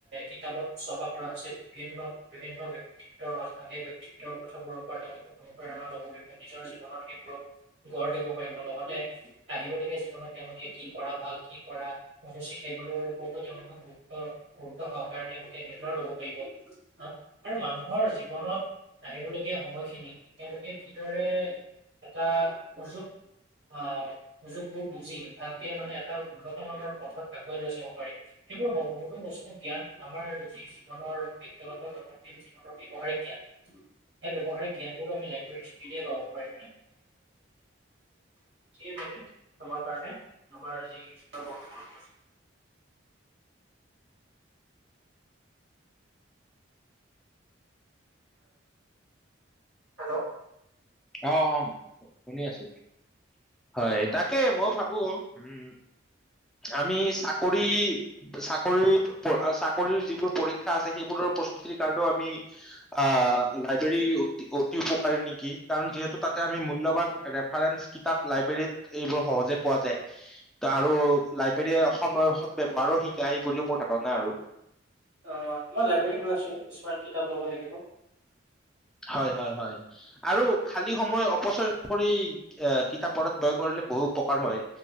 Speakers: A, on the right; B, in the centre.
A: কিতাপত চপা কৰা হৈছে বিভিন্ন বিভিন্ন ব্যক্তিত্বৰ কথা। সেই ব্যক্তিত্ব- তেওঁৰ কথাবোৰৰ পৰা তেওঁলোকে অনুপ্ৰেৰণা লব পাৰিব, নিজৰ জীৱনত সেইবোৰক- গঢ় দিব পাৰিব লগতে আহিবলগীয়া জীৱনত তেওঁলোকে কি কৰা ভাল, কি কৰা- অনুচিত সেইবোৰৰ ওপৰতো তেওঁলোকে গুৰুত্ব গুৰুত্ব সহকাৰে তেওঁলোকে নিৰ্ণয় লব পাৰিব। আৰু মানুহৰ জীৱনত আহিবলগীয়া সময়খিনি- তেওঁলোকে কিদৰে এটা সুযোগ- আহ সুযোগবোৰ বুজি ভালকে মানে এটা উন্নতমানৰ পথত আগুৱাই লৈ যাব পাৰি। সেইবোৰ বহুতো বস্তু জ্ঞান আমাৰ যি জীৱনৰ ব্যক্তিগত <unintelligible> ব্যৱহাৰিক জ্ঞান, সেই ব্যৱহাৰিক জ্ঞান- আমি লাইব্ৰেৰী যোগেদি পাব পাৰি <unintelligible> তোমাৰ কাৰণে আমাৰ যি বৰ্তমান- হেল্ল'।
B: অঁ, অঁ শুনি আছোঁ। হয়, তাকে মই ভাবো উম, আমি চাকৰি- চাকৰি চাকৰিৰ যিবোৰ পৰীক্ষা আছে সেইবোৰৰ প্ৰস্তুতিৰ কাৰণেও আমি- আ লাইব্ৰেৰী- অতি উপকাৰে নেকি। কাৰণ যিহেতু তাতে আমি মূল্যবান ৰেফাৰেন্স- কিতাপ লাইব্ৰেৰীত এইবোৰ সহজে পোৱা যায়। ত আৰু লাইব্ৰেৰীয়ে অসমৰ ব্যৱহাৰ শিকায় বুলিও মোৰ ধাৰণা আৰু।
A: অঁ, মই লাইব্ৰেৰী গৈ আছোঁ কিছুমান কিতাপ ল'ব লাগিব।
B: হয়, হয়, হয়। আৰু খালী সময় অপচয় নকৰি এ কিতাপ পঢ়াত ব্যয় কৰিলে বহু উপকাৰ হয়।